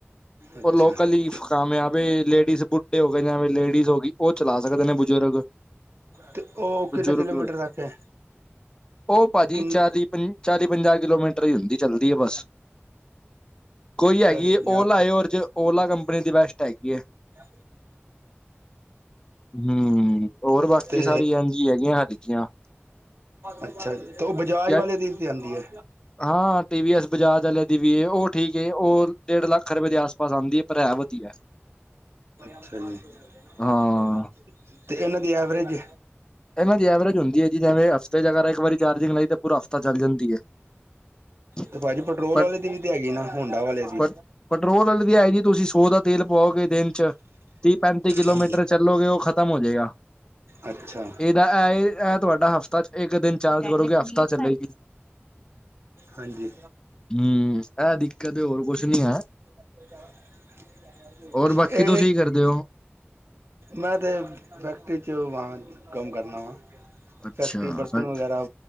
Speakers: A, on the right (about 65°); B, on the left (about 20°).
A: ਅੱਛਾ
B: ਓ ਲੋਕਲੀ
A: ਤੇ
B: ਕਾਮਯਾਬ ਏ ਲੇਡੀਜ਼ ਬੁੱਢੇ ਹੋ ਗਏ ਲੇਡੀਜ਼ ਹੋ ਗੀ ਓ ਚਲਾ ਸਕਦੇ ਨੇ ਬਜ਼ੁਰਗ
A: ਤੇ ਉਹ
B: ਬਜ਼ੁਰਗ
A: ਕਿੰਨੇ ਕਿਲੋਮੀਟਰ ਤੱਕ ਹੈ
B: ਓ ਭਾਜੀ
A: ਕਿੰਨ
B: ਚਾਲੀ ਪੰ ਚਾਲੀ ਪੰਜਾਹ ਕਿਲੋਮੀਟਰ ਈ ਹੁੰਦੀ ਚਲਦੀ ਐ ਬਸ ਕੋਈ ਹੈਗੀ
A: ਚਾਲੀ
B: ਏ
A: ਪੰਜਾਹ
B: ਓ ਲਾਇ ਓ ਕੰਪ ਆਪਣੀ ਦੀ ਬੈਸਟ ਹੈਗੀ ਏ।
A: <unintelligible>
B: ਹਮ ਹੋਰ ਬਾਕੀ
A: ਤੇ
B: ਸਾਰੀ ਐਨਜੀ ਹੈਗੀਆਂ ਹਲਕੀਆਂ
A: ਅੱਛਾ ਤੇ ਓ ਬਜਾਜ
B: ਯਾਰ
A: ਵਾਲੇ ਦੀ ਆਂਦੀ ਏ।
B: ਹਾਂ ਟੀ ਵੀ ਐਸ ਬਜਾਜ ਅਲਿਆ ਦੀ ਵੀ ਏ ਓ ਠੀਕ ਏ ਓ ਡੇਢ ਲੱਖ ਰੁਪਏ ਦੇ ਆਸ ਪਾਸ ਆਂਦੀ ਐ ਪਰ ਐ। ਐ ਵਧੀਐ
A: ਅੱਛਾ ਜੀ
B: ਹਾਂ
A: ਤੇ ਏਨਾਂ ਦੀ ਐਵਰੇਜ
B: ਏਨਾ ਦੀ ਐਵਰੇਜ ਹੁੰਦੀ ਐ ਜੀ ਜਿਵੇਂ ਹਫ਼ਤੇ 'ਚ ਅਗਰ ਇੱਕ ਵਾਰੀ ਚਾਰਜਿੰਗ ਲਈ ਤੇ ਪੂਰਾ ਹਫ਼ਤਾ ਚੱਲ ਜਾਂਦੀ ਏ। ਪ
A: ਤੇ ਭਾਜੀ ਪੈਟਰੋਲ ਵਾਲੇ ਦੀ ਵੀ ਤੇ ਹੈਗੀ ਨਾ ਹੋਂਡਾ ਵਾਲੇ ਦੀ।
B: ਪ ਪੈਟਰੋਲ ਆਲੀ ਦੀ ਤੁਸੀਂ ਸੋ ਦਾ ਤੇਲ ਪਵਾਓਗੇ ਦਿਨ 'ਚ ਤੀਹ ਪੈਂਤੀ ਕਿਲੋਮੀਟਰ
A: ਹਾਂਜੀ।
B: ਚੱਲੋਗੇ ਓ ਖਤਮ ਹੋਜੇਗਾ।
A: ਅੱਛਾ
B: ਏਦਾ ਐ ਏ ਤੁਹਾਡਾ ਹਫ਼ਤਾ ਇੱਕ ਦਿਨ ਚਾਰਜ ਕਰੋਗੇ ਹਫ਼ਤਾ ਚੱਲੇਗੀ।
A: ਹਾਂਜੀ
B: ਹੂੰ ਐ ਦਿੱਕਤ ਐ ਹੋਰ ਕੁੱਛ ਨੀ ਹੈ।
A: <unintelligible>
B: ਹੋਰ
A: ਤੇ
B: ਬਾਕੀ
A: ਇਹ
B: ਤੁਸੀ ਹੀ ਕਰਦੇ ਓ।
A: ਮੈਂ ਤੇ ਫੈਕਟਰੀ 'ਚ ਵਾਂ ਕੰਮ ਕਰਨਾ ਵਾ।
B: ਅੱਛਾ
A: ਫੈਕਟਰੀ ਬਰਤਨ ਵਗੈਰਾ